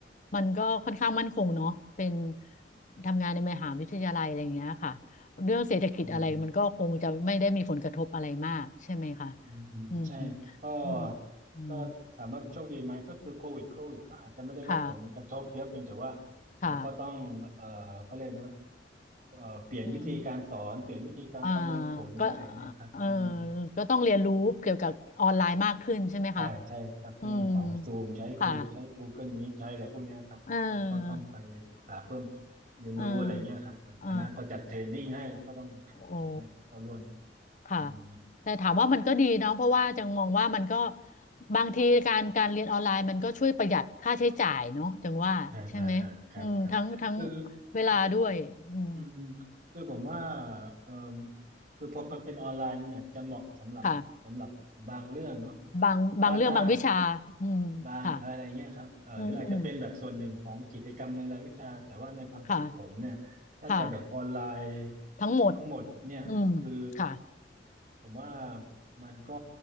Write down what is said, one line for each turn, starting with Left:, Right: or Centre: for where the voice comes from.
Left: มันก็ค่อนข้างมั่นคงเนาะเป็นทำงานในมหาวิทยาลัยอะไรอย่างเงี้ยค่ะเรื่องเศรษฐกิจอะไรมันก็คงจะไม่ได้มีผลกระทบอะไรมากใช่ไหมคะ
Right: อืม อืมอืมใช่ก็
Left: อืมอืมอืม
Right: ก็ถามว่าโชคดีไหมก็คือโควิดโควิดก็อาจจะไม่ได้รับผลกระทบเยอะเพียงแต่ว่า
Left: ค่ะ
Right: เราก็ต้องเอ่อเขาเรียกนะ
Left: ค่ะ
Right: เอ่อเปลี่ยนวิธีการสอนเปลี่ยนวิธีการประเมินผลอะไรเงี้ยครับอืม
Left: อืมอ่าก็เออก็ต้องเรียนรู้เกี่ยวกับออนไลน์มากขึ้นใช่ไหมคะ
Right: ใช่ใช่ครับเรื่องของซูมใช้ซูมใช้
Left: อืมค่ะ
Right: Google Meet ใช้อะไรพวกเนี้ยครับก็ก็ต้องไปศึกษาเพิ่ม
Left: เออ
Right: เรียนรู้อะไรเงี้ยครับเออคณะก็จัดเทรนนิ่งให้เราก็ต้องอะไรเงี้ยครับเข้าร่วม
Left: เออเออโอ้ ค่ะ
Right: อืม
Left: แต่ถามว่ามันก็ดีเนาะเพราะว่าจังมองว่ามันก็บางทีการการเรียนออนไลน์มันก็ช่วยประหยัดค่าใช้จ่ายเนาะจังว่าใช่ไหมอืมทั้งทั้ง
Right: อ่าอ่าอ่าครับครับคือ
Left: เวลาด้วยอืม
Right: อืมอืมคือผมว่าเอ่อคือพอมันเป็นออนไลน์มันอาจจะเหมาะสำหรับสำหรับบางเรื่องเนาะ
Left: ค่ะบางบางเรื่องบางวิชาอืมค่ะ
Right: แต่ว่าถ้าบางอะไรเงี้ยครับเอ่อหรืออาจจะเป็นแบบส่วนหนึ่งของกิจกรรมในรายวิชาแต่ว่าในความคิดผมเนี่ยถ้าจะแบบออนไลน์
Left: อืมอืมค่ะค่ะทั้งหมด
Right: ทั้งหมดเนี่ยคือ
Left: อืมค่ะ
Right: ผมว่ามันก็